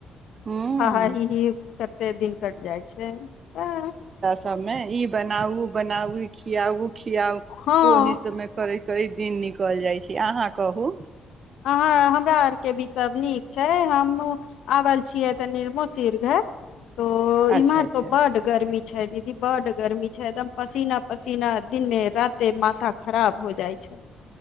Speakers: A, on the right; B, on the left.
A: हूँ
B: हाहााही ही करते दिन कट जाइ छै हँ
A: समे ई बनाउ बनाउ खियाउ खियाउ
B: हँ
A: ओहि सबमे करै कै दिन निकलि जाइत छै अहाँ कहू
B: अहाँ हमरा आरके भी सभ नीक छै हमहूँ आबल छियै तऽ निरमो <unintelligible> तो
A: अच्छा
B: इमर
A: अच्छा
B: त बड्ड गर्मी छै दीदी बड्ड गर्मी छै एकदम पसीना पसीना दिने राते माथा खराब हो जाइ छै